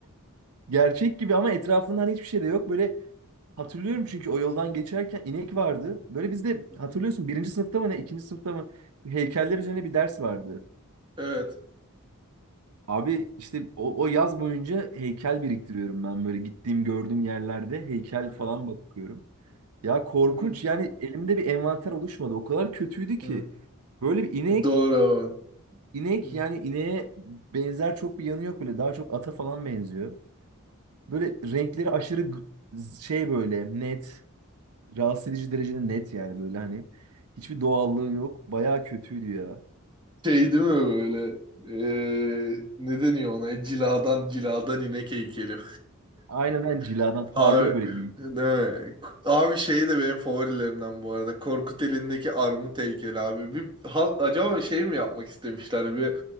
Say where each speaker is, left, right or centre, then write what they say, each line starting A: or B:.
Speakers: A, on the right; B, on the right.
A: Gerçek gibi ama etrafında hani hiçbir şey de yok. Böyle hatırlıyorum çünkü o yoldan geçerken inek vardı. Böyle bizde
B: Hı hı.
A: hatırlıyorsun birinci sınıfta mı ne, ikinci sınıfta mı heykeller üzerine bir ders vardı.
B: Evet.
A: Abi işte o, o yaz boyunca heykel biriktiriyorum ben böyle gittiğim gördüğüm yerlerde heykel
B: hı.
A: falan bakıyorum. Ya korkunç
B: Hı
A: yani elimde bir envanter oluşmadı. O kadar kötüydü ki.
B: hı.
A: Böyle bir inek,
B: Doğru abi.
A: inek
B: Hı.
A: yani ineğe benzer çok bir yanı yok böyle. Daha çok ata falan benziyor. Böyle renkleri aşırı g- şey böyle net, rahatsız edici derecede net yani böyle hani. Hiçbir doğallığı yok. Bayağı kötüydü ya.
B: Şey değil mi böyle? Ee, ne deniyor ona? Ciladan ciladan inek heykeli.
A: Aynen ben ciladan
B: <laughs>
A: parlıyor
B: Abi
A: böyle inek.
B: değil mi? Abi şey de benim favorilerimden bu arada. Korkut elindeki armut heykeli abi. Bir halk acaba şey mi yapmak istemişler? Bir